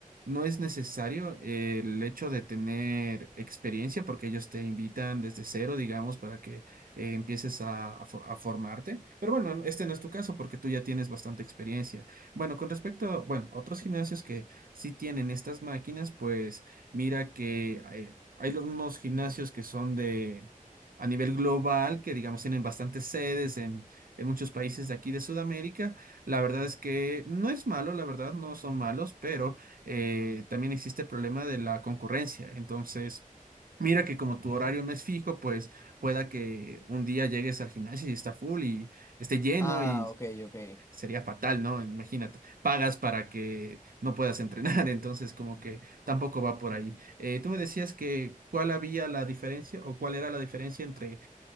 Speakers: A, on the right; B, on the left.
A: no es necesario eh, el hecho de tener experiencia porque ellos te invitan desde cero, digamos, para que eh, empieces a, a fo- a formarte. Pero bueno, este no es tu caso porque tú ya tienes bastante experiencia. Bueno, con respecto a, bueno, otros gimnasios que sí tienen estas máquinas, pues mira que hay, hay lo- unos gimnasios que son de... a nivel global, que digamos tienen bastantes sedes en, en muchos países de aquí de Sudamérica, la verdad es que no es malo, la verdad, no son malos, pero eh, también existe el problema de la concurrencia. Entonces, mira que como tu horario no es fijo, pues pueda que un día llegues al gimnasio y está full y esté lleno
B: Ah,
A: y
B: ok, ok.
A: sería fatal, ¿no? Imagínate, pagas para que no puedas entrenar, <laughs> entonces como que tampoco va por ahí. Eh, tú me decías que cuál había la diferencia o cuál era la diferencia entre